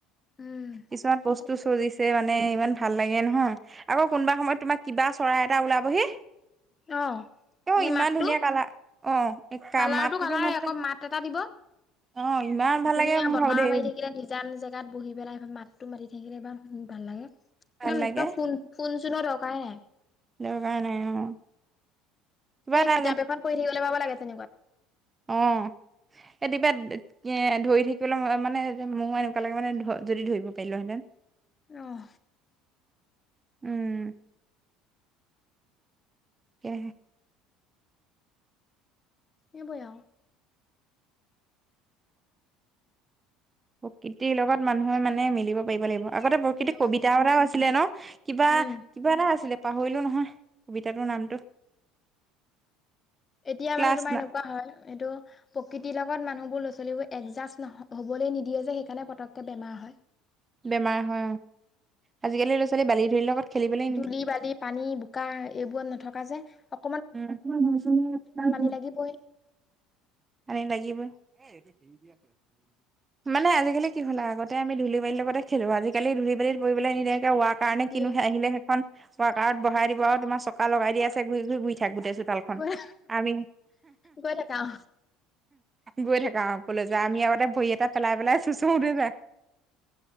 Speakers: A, on the left (about 25°); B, on the right (about 20°).
A: উম,
B: কিছুমান
A: সেইটোৱে।
B: বস্তু চজিছে মানে। মানে ইমান ভাল লাগে নহয় আকৌ কোনোবা সময়ত তোমাক কিবা চৰাই এটা ওলাবহি।
A: অ',
B: অ',
A: সেই
B: ইমান
A: মাতটো
B: ধুনীয়া কালাৰ, অ'।
A: কালাৰটো
B: মাতটোতো
A: কালাৰে
B: মাত্ৰ
A: আকৌ মাত এটা দিব,
B: অ ইমান ভাল
A: ধুনীয়া
B: লাগে মোৰ
A: বতাহ
B: ভাবো দেই
A: মাৰি থাকিলে নিজে। টান জেগাত বহি পেলাই মাতটো মাতি থাকিলে বা ভাল লাগে।
B: ভাল
A: ম'
B: লাগে
A: ত' ফোন, ফোন-চনৰ দৰকাৰে নাই।
B: সেইটো কাৰণে অ কিবা
A: এই
B: এটা
A: কিতাপ এখন পঢ়ি থাকিবলে পাব লাগে তেনেকুৱাত।
B: অহ। এতিপাত এ ধৰি থাকিবলৈ ম মানে যে‌ মোৰ এনেকুৱা লাগে মানে ধ, যদি ধৰিব পাৰিলোঁ হেঁতেন।
A: অহ।
B: উম। এ।
A: এইবোৰে আৰু।
B: প্ৰকৃতিৰ লগত মানুহে মানে মিলিব পাৰিব লাগিব। আগতে প্ৰকৃতিক
A: মিলিয়াব কৰিব
B: কবিতাও
A: লাগিব
B: আছিলে ন, কিবা
A: উম,
B: কিবা এটা আছিলে পাহৰিলোঁ নহয়, কবিতাটোৰ নামটো।
A: এতিয়া
B: ক্লাছ
A: মানে তোমাৰ
B: না
A: এনেকুৱা হয়, এইটো প- কৃতিৰ লগত মানুহবোৰ, ল'ৰা-ছোৱালীবোৰ এডজাষ্ট নহ হ'বলৈ নিদিয়ে যে, সেইকাৰণে পটককে বেমাৰ হয়।
B: বেমাৰ হয় অ'। আজিকালি ল'ৰা-ছোৱালী বালি-ধূলিৰ লগত- খেলিবলৈ
A: ধূলি, বালি, পানী, বোকা এইবোৰত নথকা যে। আ-
B: উম। <unintelligible>
A: লাগিবই
B: পানী লাগিবই। <unintelligible> <unintelligible> মানে আজিকালি কি হ'ল, আগতে আমি ধূলি-বালিৰ লগতে খেলোঁ। আজিকালি ধূলি-বালিত পৰিবলৈ নিদিয়ে। এ' ৱাকাৰ
A: নিদিয়ে
B: নে কিনো হে' আহিলে সেইখন। ৱাকাৰত বহাই দিব আৰু তোমাক চকা লগাই দি আছে, ঘূৰি ঘূৰি ঘূৰি থাক গোটাই চোতালখন।
A: গৈ
B: আমি
A: গৈ থাকা অ
B: গৈ থাকা আও কলৈ যায়। আমি আগতে ভৰি এটা পেলাই পেলাই চোঁচৰুতে যায়।